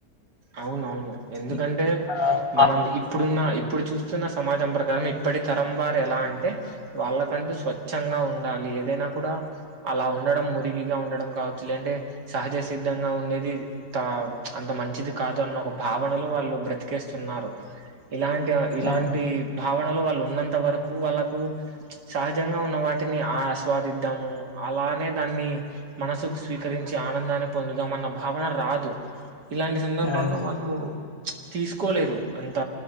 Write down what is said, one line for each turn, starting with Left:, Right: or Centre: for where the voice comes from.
Right: అవునవును ఎందుకంటే
Left: ఇక ఆ-
Right: మనం ఇప్పుడున్న ఇప్పుడు చూస్త కూర్చున్న సమాజం ప్రకారం ఇప్పటి తరం వారు ఎలా అంటే వాళ్ళ కంటూ స్వచ్ఛంగా ఉండాలి ఏదైనా కూడ అలా ఉ ఉండడం మురిగిగా ఉండడం కావచ్చు లేంటే సహజ సిద్ధంగా ఉండేది అంత మంచిది అ అన్న ఒక భావనలో వాళ్ళు బ్రతికేస్తున్నారు ఇలాంటి ఇలాంటి
Left: అవును
Right: భావనలు వాళ్ళు ఉన్నంత వరకు వాళ్ళకు సహజంగా ఉన్న వాటిని ఆస్వాదిద్దాము అలానే దాన్ని మనసుకు స్వీకరించి ఆనందాన్ని పొందుదాం అన్న భావన రాదు ఇలాంటి సందర్భాల్లో
Left: అవును
Right: వాళ్ళు తీసుకోలేరు అంత